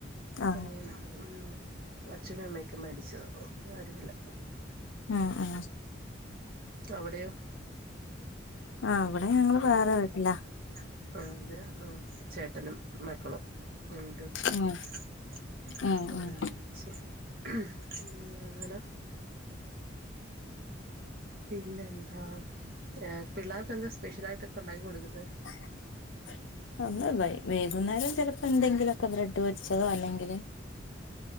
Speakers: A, on the left (about 80°); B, on the right (about 50°).
A: ആ
B: അനിയൻ <unintelligible> അച്ഛനും അമ്മയൊക്കെ മരിച്ചോ ഓ ആരുമില്ല
A: ഉം ഉം
B: അവിടെയോ
A: ആ ഇവിടെ ഞങ്ങള്‌ വേറെ വീട്ടിലാ
B: <unintelligible> അ ചേട്ടനും മക്കളും <unintelligible>
A: ഉം ഉം ഉം
B: <inaudible> അങ്ങനെ പിന്നെ എന്താ എ പിള്ളേർക്കെന്ത സ്പെഷ്യലായിട്ടൊക്കെ ഉണ്ടാക്കി കൊടുക്കുന്നു
A: <unintelligible> വൈകുന്നേരം ചിലപ്പോ എന്തെങ്കിലുവൊക്കെ ബ്രെഡ് <unintelligible> അല്ലെങ്കില്